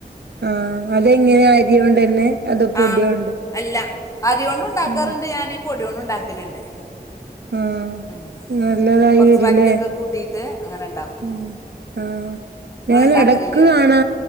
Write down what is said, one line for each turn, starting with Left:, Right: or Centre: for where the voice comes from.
Right: ആഹ് അതെങ്ങനെ അരിയോണ്ടന്നെ അതോ പൊടിയോണ്ടോ?
Left: ആ അല്ല അരിയോണ്ടും ഉണ്ടാക്കാറുണ്ട്
Right: ഉം
Left: ഞാന് പൊടിയൊണ്ട് ഉണ്ടാക്കലുണ്ട്.
Right: ആഹ്
Left: ഉം
Right: നല്ലതായി
Left: കൊറച്ച്
Right: വരൂല്ലേ?
Left: വറ്റൊക്കെ കൂട്ടിട്ട് അങ്ങനെണ്ടാ
Right: ഉം ആഹ് ഞാനും
Left: ഉണ്ടാക്കലില്ലേ
Right: എടക്ക് കാ ണാ